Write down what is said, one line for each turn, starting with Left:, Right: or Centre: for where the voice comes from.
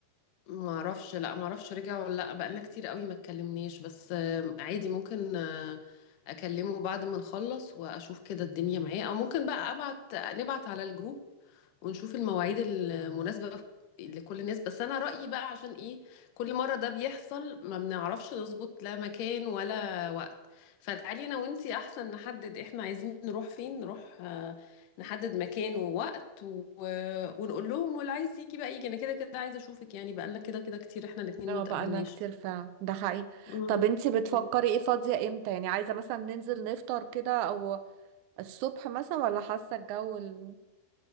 Left: ما اعرفش لا ما اعرفش رجع ولا لا بقالنا كتير قوي ما اتكلمناش بس آه، عادي ممكن آه، اكلمه بعد ما نخلص واشوف كده الدنيا معاه او ممكن بقى ابعت نبعت على الجروب ونشوف المواعيد المناسبة لكل الناس بس انا رأيي بقى عشان ايه كل مرة ده بيحصل ما بنعرفش نظبط لا مكان ولا وقت فتعالي انا وانتي احسن نحدد احنا عايزين نروح فين نروح نحدد مكان ووقت و... ونقول لهم واللي عايز يجي بقى يجي انا كده كده عايزه اشوفك يعني بقالنا كده كده كتير احنا الاتنين
Right: اه
Left: ما تقابلناش
Right: بقالنا كتير فعلا ده حقيقي
Left: مم.
Right: طب انتي بتفكري
Left: مم.
Right: ايه فاضية امتى؟ يعني عايزة مثلا ننزل نفطر كده او الصبح مثلا ولا حاسة الجو ال-